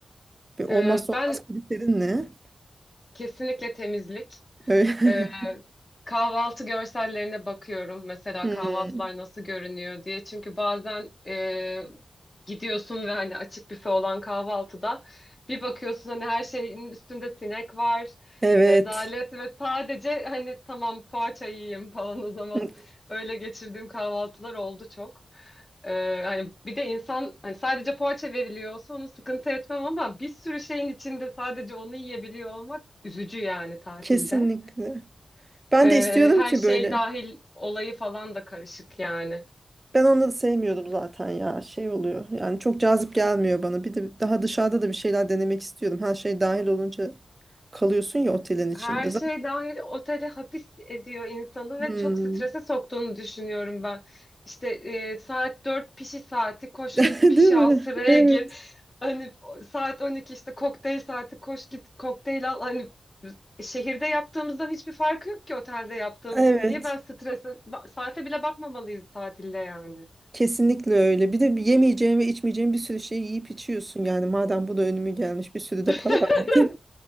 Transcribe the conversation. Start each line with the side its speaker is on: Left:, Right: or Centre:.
Right: Bir olmazsa
Left: E, ben
Right: olmaz kriterin ne?
Left: kesinlikle temizlik.
Right: Öyle-
Left: Ee,
Right: <laughs>
Left: kahvaltı görsellerine bakıyorum. Mesela
Right: Hmm,
Left: kahvaltılar nasıl görünüyor diye. Çünkü bazen e, gidiyorsun ve hani açık büfe olan kahvaltıda bir bakıyorsun hani her şeyin üstünde sinek var.
Right: Evet.
Left: Rezalet ve sadece hani tamam poğaça yiyeyim falan o zaman
Right: Hı,
Left: öyle geçirdiğim kahvaltılar oldu çok. Ee, hani bir de insan hani sadece poğaça veriliyorsa onu sıkıntı etmem ama bir sürü şeyin içinde sadece onu yiyebiliyor olmak üzücü yani tatilde.
Right: Kesinlikle. Ben
Left: Ee,
Right: de istiyorum
Left: her
Right: ki
Left: şey
Right: böyle.
Left: dahil olayı falan da karışık yani.
Right: Ben onları sevmiyordum zaten ya. Şey oluyor. Yani çok cazip gelmiyor bana. Bir de daha dışarıda da bir şeyler denemek istiyordum Her şey dahil olunca kalıyorsun ya otelin içinde.
Left: Her şey
Right: Zaten-
Left: dahil otele hapis ediyor insanı
Right: Hmm.
Left: ve çok strese soktuğunu düşünüyorum ben. İşte e, saat 4 pişi saati koş
Right: <laughs>
Left: git pişi
Right: Değil mi?
Left: al sıraya
Right: Evet.
Left: gir. Hani o- saat 12 işte kokteyl saati koş git kokteyl al. Hani şehirde yaptığımızdan hiçbir farkı yok ki otelde yaptığımız.
Right: Evet.
Left: Niye ben strese ba- saate bile bakmamalıyız tatilde yani.
Right: Kesinlikle öyle. Bir de bir yemeyeceğin ve içmeyeceğin bir sürü şey yiyip içiyorsun. Yani madem bu da önüme gelmiş bir sürü de
Left: <laughs>
Right: para verdim.